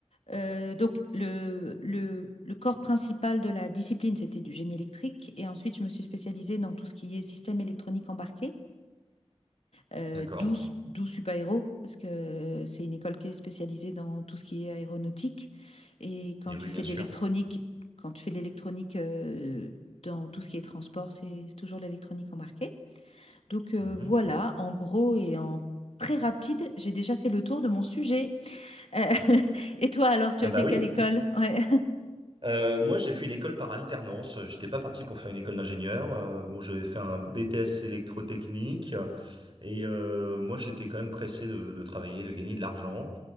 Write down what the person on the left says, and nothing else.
Euh, donc, le, le- le corps principal de la discipline, c'était du génie électrique. Et ensuite, je me suis spécialisée dans tout ce qui est système électronique embarqué, euh,
d'où, d'où super parce que c'est une école qui est spécialisée dans tout ce qui est aéronautique. Et quand
tu
fais
de l'électronique, quand tu fais de l'électronique euh, dans tout ce qui est transport, c'est toujours l'électronique embarquée. Donc, euh,
voilà, en gros et en très rapide, j'ai déjà fait le tour de mon sujet. Euh, <laughs> et toi, alors, tu
as
fait
quelle école? Ouais.